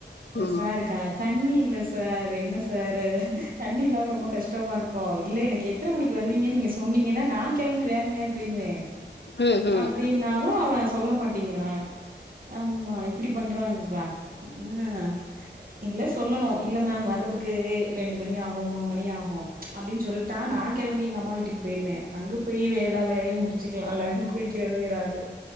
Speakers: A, on the left (about 65°); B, on the right (about 50°).
A: ம்
B: சார் க தண்ணி இல்ல சார் என்ன சாரு தண்ணி இல்லாம ரொம்பொ கஷ்டமாருக்கு இல்ல எனக் எத்ன மணிக் வருவிங்க நீங்க சொன்னீங்கனா நா கெளம்பி வேற எங்கேயாத் பொயிருவே
A: ம் ம்
B: அப்டினால்லு அவெ சொல்ல மாட்டேங்குறா ஆம்மா இப்டி பண்றாங்கப்பா உம் இல்ல சொல்லணு இல்ல மேம் வர்றதுக் க்கு ரெண்டு மணி ஆகு மூணு மணி ஆகு அப்டின் சொல்ட்டா நா கெளம்பி எங்க அம்மா வீட்டுக் பொயிருவே அங்க பொய் வேலா வேலையு முடிச் ச்சிக்கலா இல்ல குளிக்கிறது ஏதாவது